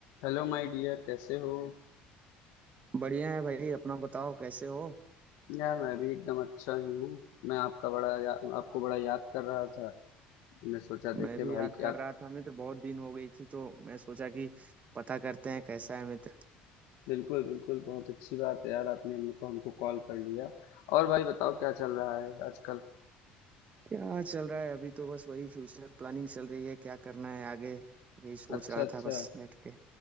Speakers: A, on the left (about 75°); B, on the right (about 35°).
A: Hello my dear कैसे हो
B: बढ़िया है भाई अपना बताओ कैसे हो
A: यार मैं भी एकदम अच्छा ही हूँ मैं आपका बड़ा या, आपको बड़ा याद कर रहा था मैं सोचा देखे
B: मैं भी
A: भाई
B: याद
A: क्या
B: कर रहा था मित्र बहुत दिन हो गई थी तो मैं सोचा कि पता करते हैं कैसा है मित्र
A: बिल्कुल बिल्कुल बहुत अच्छी बात है यार आपने हमको हमको कॉल कर लिया और भाई बताओ क्या चल रहा है आजकल
B: क्या चल रहा है अभी तो बस वही फ्यूचर प्लानिंग चल रही है क्या करना है आगे यही सोच
A: अच्छा
B: रहा
A: अच्छा
B: था बस बैठ के